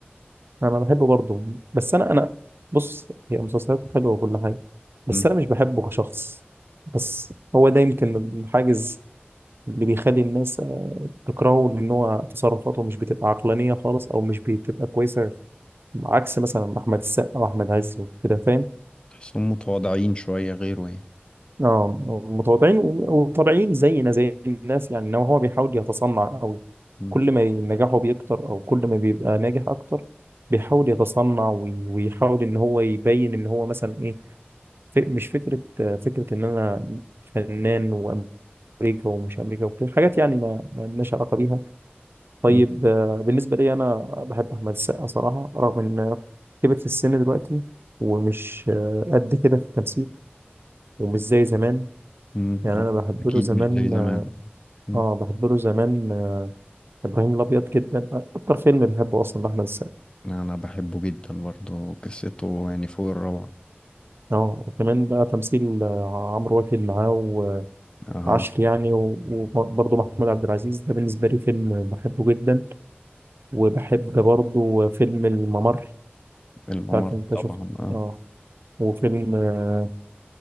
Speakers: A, on the right; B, on the left.
A: انا بحبه برضه بس انا انا بص هي مسلسلاته حلوه وكل حاجه بس
B: مم.
A: انا مش بحبه كشخص بس هو ده يمكن الحاجز اللي بيخلي الناس آه، تكرهه لأن هو تصرفاته مش بتبقى عقلانية خالص أو مش بتبقى كويسة عكس مثلا أحمد السقا وأحمد عز وكده فاهم؟
B: تحسهم متواضعين شوية غيره يعني
A: اه متواضعين و- وطبيعيين زينا زي الناس يعني إنما هو بيحاول يتصنع قوي
B: مم.
A: كل ما نجاحه بيكتر أو كل ما بيبقى ناجح أكتر بيحاول يتصنع وي- ويحاول إن هو يبين إن هو مثلا إيه ف- مش فكرة آه، فكرة إن أنا فنان وأمريكا ومش أمريكا وكده حاجات يعني ما ما لناش علاقة بيها طيب
B: مم.
A: آه، بالنسبة لي أنا بحب أحمد السقا صراحة رغم إن كبر في السن دلوقتي ومش آه، قد كده في التمثيل ومش زي زمان
B: مم.
A: يعني
B: أو
A: أنا بحب
B: اكيد
A: له زمان
B: مش زي زمان
A: آه
B: مم.
A: آه، بحب له زمان آه، إبراهيم الأبيض جدا أكتر فيلم بحبه أصلا لأحمد السقا
B: انا بحبه جدا برضه قصته يعني فوق الروعة
A: آه وكمان بقى تمثيل آه، عمرو واكد معاه
B: اه
A: وعشر يعني و- وبرضه محمود عبد العزيز ده بالنسبة لي فيلم بحبه جدا وبحب برضه فيلم الممر
B: الممر
A: مش عارف أنت
B: طبعا
A: شفته
B: اه
A: آه وفيلم آه،